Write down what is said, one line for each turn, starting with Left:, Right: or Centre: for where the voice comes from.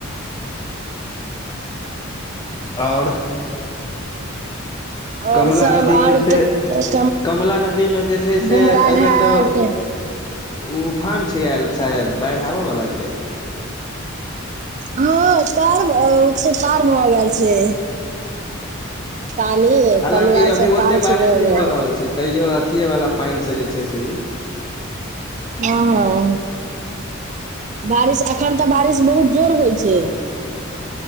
Left: आओर
Right: आओर
Left: कमला
Right: सब
Left: नदीमे
Right: आओर
Left: जे
Right: तऽ
Left: छै कमला नदीमे जे छै से
Right: डुमरा
Left: एहिबेर
Right: घाट
Left: तऽ ओ उफान छै आएल शायद बाढ़ि आबैवला छै
Right: हँ पार भ-छै पार भ गैल छै पानि
Left: हालाँकि
Right: कमला
Left: अभी
Right: स
Left: ओते
Right: पार
Left: बारिश
Right: छै भऽ
Left: नहि
Right: गेल
Left: रहल छै तैयो अथिये वाला पानि से जे छै से ई
Right: हँ-हँ बारिश एखन तऽ बारिश बहुत जोर होइ छै